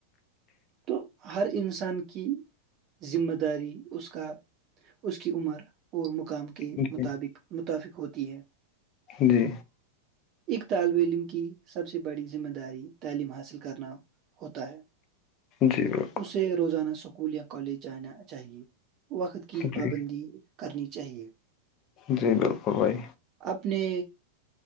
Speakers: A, on the right; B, on the left.
A: تو ہر انسان کی ذمہ داری اس کا اس کی عمر اور مقام کے
B: جی
A: مطابق متفق ہوتی ہے
B: جی
A: ایک طالب علم کی سب سے بڑی ذمہ داری تعلیم حاصل کرنا ہوتا ہے
B: جی بالکل
A: اسے روزانہ اسکول یا کالج جانا چاہیے وقت کی
B: جی
A: پابندی کرنی چاہیے
B: جی بالکل بھائی
A: اپنے